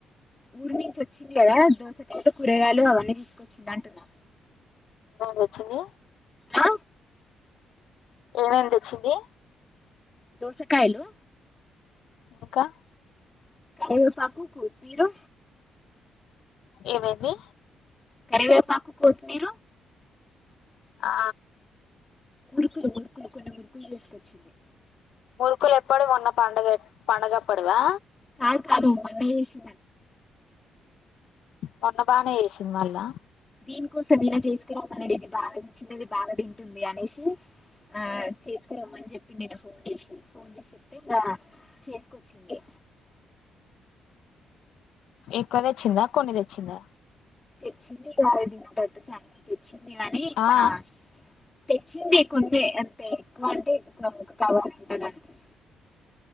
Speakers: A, on the left; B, on the left.
A: ఊరు నుంచి వచ్చింది కదా దోసకలు కూరగాయలు అవన్నీ తీసుకొచ్చింది అంటున్నా
B: వచ్చింది
A: ఆ
B: ఏమేమి తెచ్చింది
A: దోసకాయలు
B: ఇంకా
A: ఏ పక్ కుంకు పీరు
B: ఏమైంది
A: కరివేపాకు కొత్తిమీర
B: ఆ
A: మురుకులు మురుకులు కొన్ని మురుకులు చేసుకొచ్చింది
B: మురుకులు ఎప్పుడు మొన్న పండుగ పండుగప్పడివా
A: ఆ కాదు పండగ చేసి
B: మొన్న బానే చేసింది మళ్ళా
A: దీని కోసం ఈనా చేసుకురామనడిగింద మంచిగా ఇది బాగా తింటుంది అనేసి అ చేసుకురమ్మని చెప్పిన నిన్న ఫోన్ చేసి ఫోన్ చేసి ఇగా చేసుకొచ్చింది
B: ఎక్కువ తెచ్చిందా కొన్ని తెచ్చిందా
A: తెచ్చింది ఇగా దీనింటా తెచ్చింది గని
B: ఆ
A: బా తెచ్చింది కొన్నే అంటే ఎక్కువ అంటే ఎ <unintelligible> కావాలకుంటుే